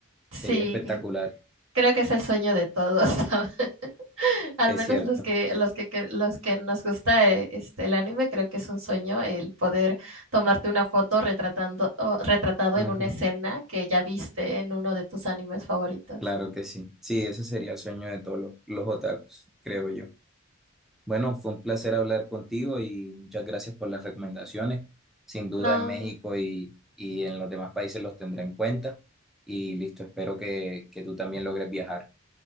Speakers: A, on the right (about 70°); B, in the centre.
A: Sí.
B: Sería espectacular,
A: Creo que es el sueño de todos, <laughs> al
B: es
A: menos
B: cierto.
A: los que, los que, que- los que nos gusta eh, este, el anime, creo que es un sueño el poder tomarte una foto retratando, o retratado
B: Ujú,
A: en una escena que ya viste en uno de tus animes favoritos.
B: Claro que sí. Sí, ese sería el sueño de todos los, los otakus, creo yo. Bueno, fue un placer hablar contigo y muchas gracias por las recomendaciones. Sin duda
A: No,
B: en México y, y en los demás países los tendré en cuenta. Y listo, espero que, que tú también logres viajar.